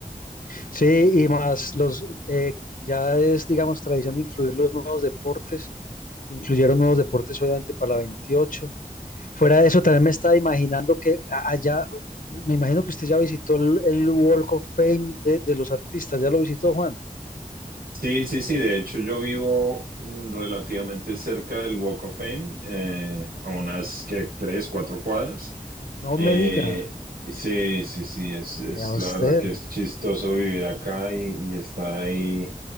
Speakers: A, on the left; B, on the right.
A: Sí, y más los, eh, ya es, digamos, tradición incluir los nuevos deportes. Incluyeron nuevos deportes, obviamente, para la 28. Fuera de eso, también me estaba imaginando que a- allá, me imagino que usted ya visitó el, el Walk of Fame de, de los artistas. ¿Ya lo visitó, Juan?
B: Sí, sí, sí, de hecho yo vivo mm, relativamente cerca del Walk of Fame, eh, a unas que tres, cuatro cuadras.
A: No
B: Eh,
A: me diga.
B: sí, sí, sí, es, es
A: Vea usted.
B: la verdad que es chistoso vivir acá y, y estar ahí